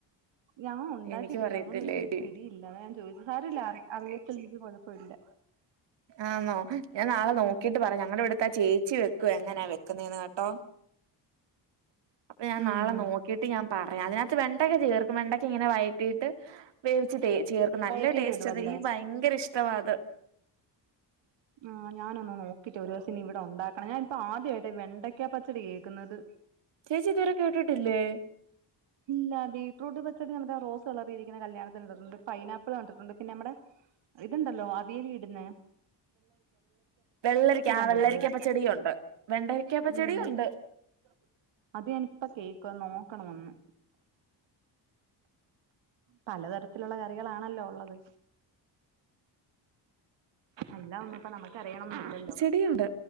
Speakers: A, on the right; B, on the right.
A: ഞാൻ ഉണ്ടാക്കിട്ടില്ല
B: എനിക്കും അറിയത്തില്ല
A: അതുകൊണ്ട് എനിക്കരു
B: ചേച്ചി
A: പിടി ഇല്ല അത ഞാൻ ചോദിച്ചത് സാരമില്ല എനിക്ക് കുഴപ്പമില്ല
B: ആണോ ഞാൻ നാളെ
A: ഉം
B: നോക്കിട്ട് പറയാം ഞങ്ങളുടെ ഇവിടുത്തെ ആ ചേച്ചി വെക്കും എങ്ങനെയ വെക്കുന്നന്ന് കേട്ടോ അപ്പൊ ഞാൻ
A: ഉം
B: നാളെ നോക്കി ട്ട് ഞാൻ പറയാം അതിനകത്ത് വെണ്ടൊക്കെ ചേർക്കും വെണ്ടക്കെ ഇങ്ങനെ വയറ്റിട്ട് വേവിച്ച് ചേർക്കും നല്ല
A: വഴറ്റിയിട്ട്
B: ടേസ്റ്റ്
A: ഇടുവല്ലേ
B: അത് എനിക്ക് ഭയങ്കര ഇഷ്ടമാ അത്
A: ആ ഞാനൊന്ന് നോക്കിട്ട് ഒരു ദിവസം ഇനി ഇവിടെ ഉണ്ടാക്കണം ഞാൻ ഇപ്പോ ആദ്യമായിട്ട് വെണ്ടക്ക പച്ചടി കേൾക്കുന്നത്
B: ചേച്ചി ഇതുവരെ കേട്ടിട്ടില്ലേ
A: ഇല്ല ബീറ്റ്റൂട്ട് പച്ചടി നമ്മുടെ റോസ് കളറിയിരിക്കുന്ന കല്യാണത്തിന് കണ്ടിട്ടുണ്ട് പൈനാപ്പിൾ കണ്ടിട്ടുണ്ട് പിന്നെ നമ്മടെ ഇതുണ്ടല്ലോ അവിയൽ ഇടുന്ന
B: വെള്ളരിക്ക ആ
A: കണ്ടിട്ടുണ്ട്
B: വെള്ളരിക്കപ്പ പച്ചടിയും ഉണ്ട് വെണ്ടക്കപ്പ പച്ചടിയും
A: ഉം
B: ഉണ്ട് ഉ
A: അത് ഞാൻ ഇപ്പോ കേൾക്കും നോക്കണ ഒന്ന് പലതരത്തിലുള്ള കറികളാണല്ലോ ഉള്ളത് അല്ലാ ഒന്നും ഇപ്പൊ നമ്മുക്ക് അറിയണം എന്ന് ന്ന ഇല്ലല്ലോ
B: ചെടിയുണ്ട്